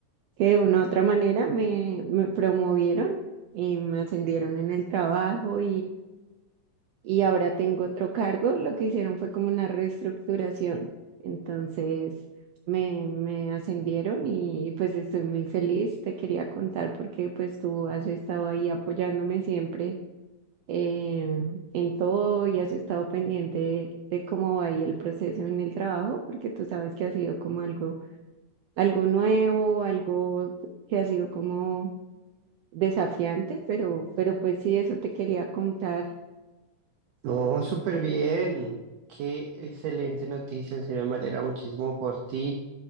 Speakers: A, on the right; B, on the right.
A: que de una u otra manera me, me promovieron y me ascendieron en el trabajo y ahora tengo otro cargo, lo que hicieron fue como una reestructuración. Entonces me, me ascendieron y pues estoy muy feliz. Te quería contar porque pues tú has estado ahí apoyándome siempre eh, en todo y has estado pendiente de, de cómo va ahí el proceso en el trabajo, porque tú sabes que ha sido como algo, algo nuevo, algo que ha sido como desafiante, pero, pero pues sí, eso te quería contar
B: No, súper bien, qué excelente noticia, en serio me alegra muchísimo por ti,